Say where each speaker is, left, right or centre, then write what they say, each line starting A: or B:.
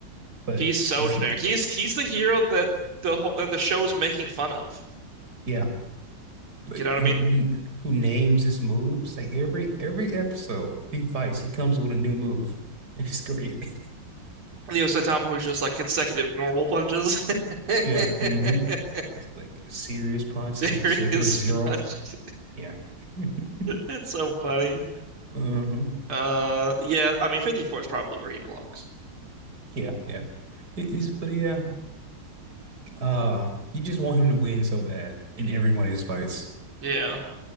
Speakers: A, on the right; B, on the right.
A: but
B: He's so
A: he's,
B: generic. He's he's the hero that the whole that the show's making fun of.
A: yeah, but
B: You know what
A: who,
B: I mean?
A: who, who names his moves? Like every, every episode he fights, he comes with a new move. It's great. <laughs>
B: Leo Saitama, who's just like consecutive normal punches, <laughs>
A: Yeah. Mm-hmm. It's like serious punch,
B: serious
A: consecutive zero.
B: punch.
A: Yeah. <laughs>
B: It's so funny.
A: Mm-hmm.
B: Uh, yeah, I mean, 54 is probably where he belongs.
A: Yeah, yeah. It is, but yeah. Uh, you just want him to win so bad in every one of his fights.
B: Yeah.